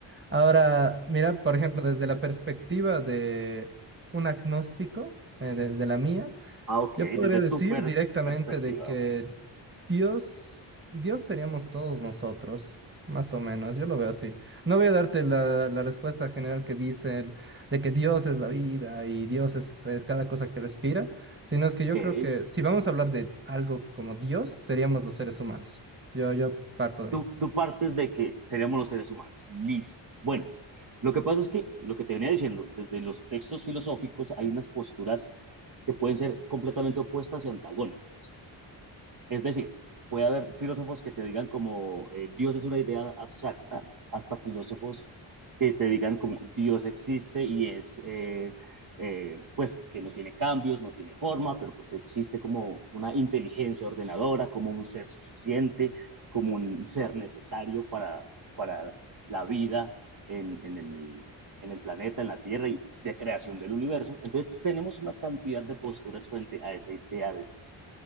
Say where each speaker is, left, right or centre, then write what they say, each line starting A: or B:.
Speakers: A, on the right (about 25°); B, on the right (about 40°).
A: Ahora, mira, por ejemplo, desde la perspectiva de un agnóstico, eh, desde la mía,
B: ah, ok,
A: yo podría
B: desde
A: decir
B: tu per-
A: directamente
B: perspectiva,
A: de que
B: ok.
A: Dios, Dios seríamos todos nosotros, más o menos, yo lo veo así. No voy a darte la, la respuesta general que dicen de que Dios es la vida y Dios es, es cada cosa que respira, sino es que yo
B: Ok.
A: creo que si vamos a hablar de algo como Dios, seríamos los seres humanos. Yo, yo parto de
B: Tú,
A: ahí.
B: tú partes de que seríamos los seres humanos. Listo. Bueno, lo que pasa es que lo que te venía diciendo, desde los textos filosóficos hay unas posturas que pueden ser completamente opuestas y antagónicas. Es decir, puede haber filósofos que te digan como eh, Dios es una idea abstracta, hasta filósofos que te digan como Dios existe y es, eh, eh, pues, que no tiene cambios, no tiene forma, pero pues existe como una inteligencia ordenadora, como un ser suficiente, como un ser necesario para, para la vida en, en el, en el planeta, en la Tierra y de creación del universo. Entonces, tenemos una cantidad de posturas frente a esa idea de Dios